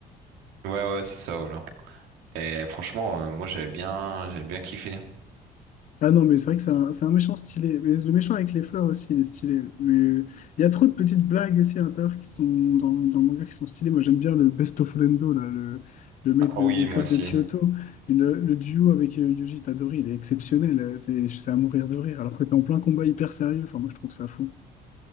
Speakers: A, on the right; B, on the left.
A: Ouais, ouais, c'est ça, voilà. Et franchement, euh, moi, j'avais bien, j'avais bien kiffé.
B: Ah non, mais c'est vrai que c'est un, c'est un méchant stylé. Mais le méchant avec les fleurs aussi, il est stylé. Mais il y a trop de petites blagues aussi à l'intérieur qui sont dans, dans le manga qui sont stylées. Moi, j'aime bien le Best of Lendo, là, le, le mec
A: Ah
B: de
A: oui,
B: l'école
A: moi aussi.
B: de Kyoto. Et Le, le duo avec euh, Yuji Tadori, il est exceptionnel. Euh, t'es- C'est à mourir de rire, alors que t'es en plein combat hyper sérieux. Enfin, moi, je trouve ça fou.